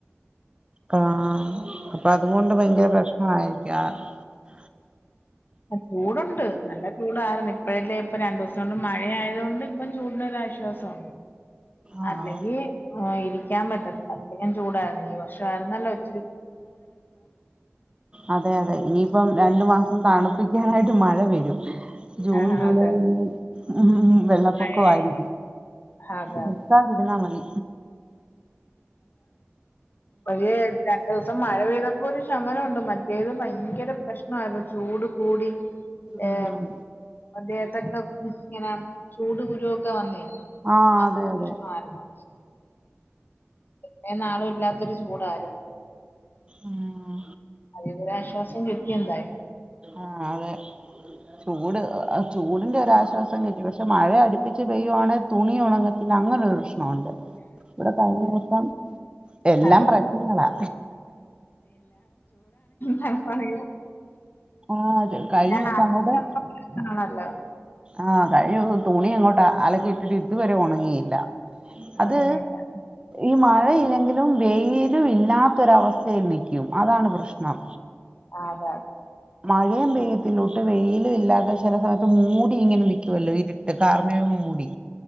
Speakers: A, on the right (about 20°); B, on the left (about 50°).
A: ക ആഹ് പ്പ അതുകൊണ്ട് ഭയങ്കര പ്രശ്നമായി <unintelligible>
B: ആഹ് ചൂടുണ്ട് നല്ല ചൂടായിര്ന്നു ഇപ്പഴല്ലേ ഇപ്പ രണ്ടു ദിവസം കൊണ്ട് മഴയായതു കൊണ്ട് ഇപ്പം ചൂടിനൊര് ആശ്വാസവൊണ്ട്
A: ആ
B: അല്ലെങ്കി <unintelligible> ഇരിക്കാൻ പറ്റത്തില്ല അത്രക്കും ചൂടായിരുന്നു ഈ വർഷം ആരുന്നല്ലോ ഇച്ചരി
A: അതെ അതെ ഇനിയിപ്പം രണ്ടു മാസം തണുപ്പിക്കാനായിട്ട് മഴ വരും ജൂൺ
B: ആ
A: ജൂലൈൽ
B: അതെ
A: ഇനിയും <unintelligible> വെള്ളപ്പൊക്ക
B: മഴയായി
A: ആയിരിക്കും
B: അതെ
A: നിക്കാതിരുന്നാൽ മതി
B: പക്ഷേ രണ്ടു ദിവസം മഴ പെയ്തപ്പൊ ഒരു ശമനമുണ്ട് മറ്റേത് ഭയ കെട പ്രശ്നായിര്ന്നു ചൂടും കൂടി ഏഹ്
A: ഉം
B: ആ ദേഹത്തൊക്കെ <unintelligible> ചൂട് കുരുവൊക്കെ വന്നേ
A: ആഹ്
B: അ <unintelligible>
A: അതെ അതെ
B: പ്രശ്നായിരുന്നു എത്ര നാളും ഇല്ലാത്തൊരു ചൂടായിരുന്നു
A: ഉം
B: അതിന്നൊരു ആശ്വാസം കി <unintelligible>
A: ആ അതെ ചൂട് ചൂടിന്റെ ഒരാശ്വാസം കിട്ടി പക്ഷെ മഴ അടുപ്പിച്ച് പെയ്യുവാണെങ്കിൽ തുണി ഉണങ്ങത്തില്ല അങ്ങന ഒരു പ്രശ്നുണ്ട് ഇവിടെ കഴിഞ്ഞ ദിവസം എല്ലാം
B: അതെ
A: പ്രശ്നങ്ങളാ
B: തണുപ്പാണേ
A: ആ കഴിഞ്ഞ ദിവസം
B: നാട്ടിലും
A: അങ്ങോട്ട്
B: പ്രശ്നമാണല്ലോ
A: ആ കഴിഞ്ഞ ദിവസം തുണി അങ്ങോട്ടാ അലക്കിട്ടിട്ട് ഇതുവരെ ഉണങ്ങിയില്ല
B: അതെ
A: അത്
B: അതെ
A: ഈ മഴ എങ്കിലും വെയിലും ഇല്ലാത്തൊരവസ്ഥയിൽ നിൽക്കും അതാണ് പ്രശ്നം
B: ആ അതെ അതെ
A: മഴയും പെയ്യത്തില്ലോട്ട് വെയിലും ഇല്ലാതെ ചില സമയത്ത് മൂടി ഇങ്ങനെ നിക്കും ല്ലോ ഇര്ട്ട് കാർമേ മുടി